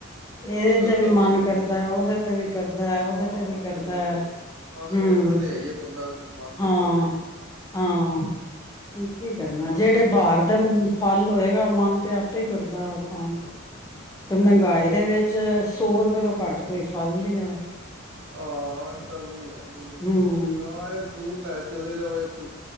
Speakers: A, on the left; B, on the right.
A: ਇਹਦੇ
B: ਹਾਂ ਕਰਦਾ
A: ਤੇ ਵੀ ਮਨ
B: ਹੀ
A: ਕਰਦਾ
B: ਜੀ
A: ਹੈ। ਉਹਦੇ ਤੇ ਵੀ ਕਰਦਾ ਹੈ। ਉਹਦੇ
B: ਹਾਂ
A: ਤੇ ਵੀ ਕਰਦਾ
B: ਇਹ ਗੱਲ
A: ਹੈ।
B: ਸਹੀ ਹਾਂ ਸੋਚਦਾ
A: ਹੂੰ
B: ਤੇ ਹੈਈ ਹੈ ਬੰਦਾ ਮਨ
A: ਹਾਂ
B: ਤੇ ਕਰਦਾ ਹੀ।
A: ਹਾਂ ਕੀ ਕਰਨਾ
B: ਬਾਕੀ
A: ਜਿਹੜੇ ਬਾਹਰ ਦਾ ਫਲ ਹੋਏਗਾ ਮਨ ਤੇ ਆਪੇ ਕਰਦਾ ਉਹ ਖਾਣ ਤੇ। ਤੇ ਮਹਿੰਗਾਈ
B: ਚੱਕਰ
A: ਦੇ ਵਿੱਚ ਸੌ ਰੁਪਏ ਤੋਂ ਘੱਟ ਕੋਈ ਫਲ ਨੀ ਹੈ
B: ਆਂ ਅੱਜਕੱਲ ਨਹੀਂ ਹੈ, ਬਿਲਕੁਲ ਸਹੀ
A: ਹੂੰ
B: ਗੱਲ ਆ, ਇਹ ਫਰੂਟ ਲੈ ਚਲੇ ਜਾਓ ਇੱਕ